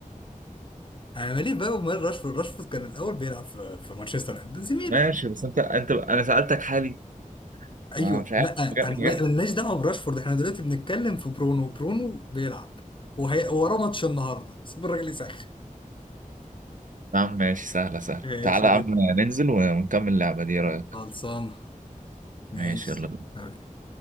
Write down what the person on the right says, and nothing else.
ماشي بس انت انت انا سألتك حالي
ما مش عارف
مجا-
مجا-
يا عم ماشي سهلة سهلة
تعالى يا عم ننزل ونكمل اللعبة دي ايه رأيك
ماشي يلا